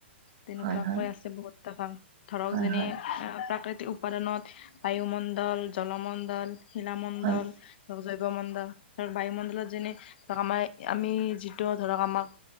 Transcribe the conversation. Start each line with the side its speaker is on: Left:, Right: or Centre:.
Left: তেনেকুৱাকৈ
Right: হয় হয়
Left: আছে, <unintelligible> ধৰক
Right: হয়
Left: যেনে,
Right: হয়
Left: প্ৰাকৃতিক উপাদনত, বায়ুমণ্ডল, জলমণ্ডল, শিলামণ্ডল,
Right: হয়
Left: জৈৱমণ্ডল, আৰু বায়ুমণ্ডলত যেনে, ধৰক আমাৰ, আমি যিটো ধৰক, আমাক